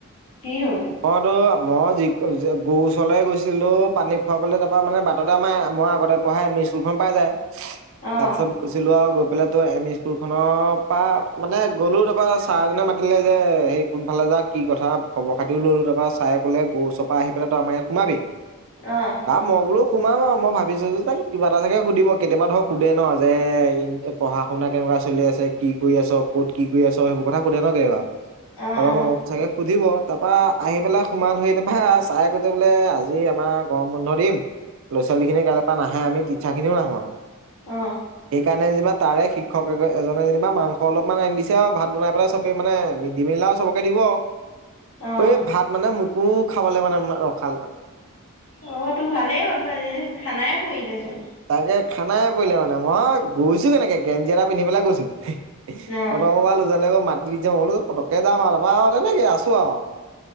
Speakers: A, on the left; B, on the right.
A: কি হ'ল?
B: মইতো মই যি গৰু ওচৰলৈ গৈছিলো পানী খুৱাবলে তাৰ পৰা মানে বাটতে আমাৰ মই আগতে পঢ়া এম ই স্কুলখন পাই যায়
A: অ
B: তাৰ পিছত গৈছিলো আৰু ফালে তোৰ এম ই স্কুল খনৰ পৰা মানে গ'লো তাৰপৰা ছাৰ এজনে মাতিলে যে সেই কোন ফালে যাঅ' কি কথা খবৰ খাতিও ললো তাৰপা চাৰে ক'লে গৰু ওচপা আহি পেলাই ত' আমাৰ ইয়াত সোমাবি।
A: অ'।
B: মই বোলো সোমাম আৰু মই ভাবিছোঁ যে তাক কিবা এটা চাগে সুধিব কেতিয়াবা ধৰক সুধে ন' যে পঢ়া শুনা কেনেকুৱা চলি আছে কি কৰি আছ' ক'ত কি কৰি আছ' সেইবোৰ কথা সুধে ন' কেতিয়াবা
A: অ',
B: অ',
A: অ'
B: চাগে সুধিব তাৰপা আহি পেলাই সোমালোহি তাৰপা চাৰে কৈছে বোলে আজি আমাক গৰম বন্ধ দিম ল'ৰা ছোৱালী খিনি কেনো নাহে আমি টিচাৰ খিনিও নাহো আৰু।
A: অ
B: সেইকাৰণে যেনিবা তাৰে শিক্ষক এজনে যেনিবা মাংস অলপমান আনি দিছে আৰু ভাত বনাই পেলাই চবে মানে মিড দে মিল আও চবকে দিব আৰু
A: অ অ
B: ভাত মানে খাবলে মানে ৰখালে।
A: অ', তোৰ ভালেই হ'ল তো আজি খানাই পৰিলেচোন।
B: তাকে খানাই পৰিলে মানে মই গৈছো কেনেকে গেঞ্জি এটা পিন্ধি পেলাই গৈছো। <unintelligible>
A: ন?
B: আকৌ মাকি দিচে পটকে যাম আৰু চাপা এনেকে আছো আৰু।